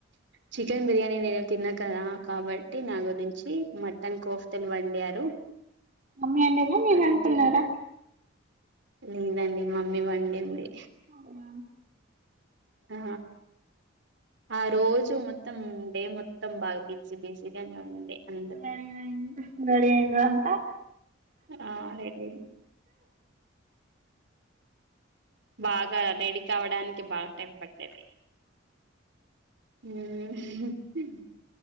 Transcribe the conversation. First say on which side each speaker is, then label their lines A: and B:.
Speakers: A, on the right; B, on the right.
A: చికెన్ బిర్యానీ నేను తినన్ కద కాబట్టి నా గురించి మటన్ కోఫ్తలు వండారు
B: మమ్మీ అండినా మీరు
A: అది
B: అనుకున్నారా
A: తిన్న లేదండి మమ్మీ వండింది.
B: అవునా
A: ఆ ఆ రోజు మొత్తం డే మొత్తం బాగా బిజీ బిజీగానే ఉండే అందరు
B: రెడీ రెడీ రెడీ రెడీ అయ్యిందా అంతా
A: ఆ రెడీ అయింది. బాగా రెడీ కావడానికి బాగా టైం పట్టేది. మ్మ్ హు